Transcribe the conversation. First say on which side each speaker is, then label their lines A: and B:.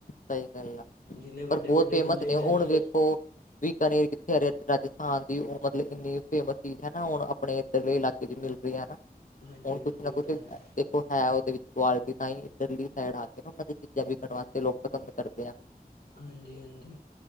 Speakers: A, on the left (about 55°); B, on the left (about 75°).
A: ਸਹੀ ਗੱਲ ਆ
B: ਜਿੰਨੇ ਵੱਡੇ
A: ਪਰ ਬਹੁਤ
B: ਵੱਡੇ
A: ਫੇਮਸ
B: ਬੰਦੇ
A: ਨੇ
B: ਹੈਗੇ
A: ਹੁਣ ਵੇਖੋ। ਵੀ ਕ ਕਿੱਥੇ ਰਾਜਸਥਾਨ ਦੀ ਉਹ ਮਤਲਬ, ਇੰਨੀ ਫੇਮਸ ਚੀਜ਼ ਹੈ ਨਾ ਹੁਣ ਆਪਣੇ ਇੱਧਰਲੇ ਇਲਾਕੇ ਚ ਮਿਲ ਰਹੀ ਹੈ ਨਾ,
B: ਹਾਂਜੀ
A: ਹੁਣ
B: ਹਾਂਜੀ
A: ਕੁਛ ਨਾ
B: ਉਹ
A: ਕੁਛ
B: ਤਾਂ ਹੈ
A: ਹੈ ਉਹਦੇ ਵਿੱਚ ਕੁਆਲਿਟੀ ਤਾਂ ਹੀ ਇੱਧਰਲੀ ਸਾਈਡ ਆ ਕੇ ਨਾ, ਉਹਨਾਂ ਦੀਆਂ ਚੀਜ਼ਾਂ ਵਿਕਣ ਵਾਸਤੇ ਲੋਕ ਪਸੰਦ ਕਰਦੇ ਆ
B: ਹਾਂਜੀ-ਹਾਂਜੀ।